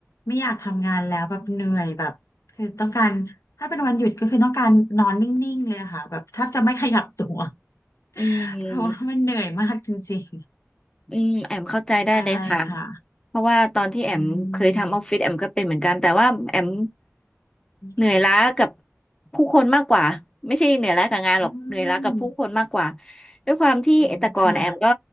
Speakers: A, on the left; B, on the left.
A: ไม่อยากทำงานแล้วแบบเหนื่อยแบบคือต้องการถ้าเป็นวันหยุดก็คือต้องการนอนนิ่งๆเลยอะค่ะแบบแทบจะไม่ขยับตัว
B: อืม
A: <laughs> เพราะว่ามันเหนื่อยมากจริง
B: อืมแอมเข้าใจได้เลยค่ะ
A: ๆใช่ค่ะ
B: เพราะว่าตอนที่แอมเคยทำออฟฟิศแอมก็เป็นเหมือนกันแต่ว่าแอม
A: อืม
B: เหนื่อยล้ากับ
A: ค่ะ
B: ผู้คนมากกว่าไม่ใช่เหนื่อยล้ากับงานหรอกเหนื่อยล้ากับผู้คนมากกว่า
A: อืม
B: ด้วยความที่แต่ก่อนแอมก็
A: อืมค่ะ